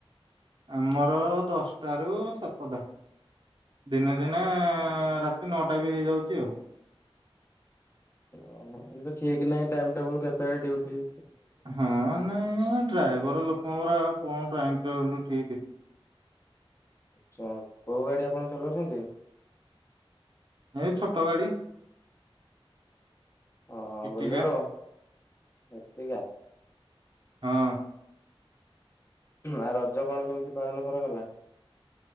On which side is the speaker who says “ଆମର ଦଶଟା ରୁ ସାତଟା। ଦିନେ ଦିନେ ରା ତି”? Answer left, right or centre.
Right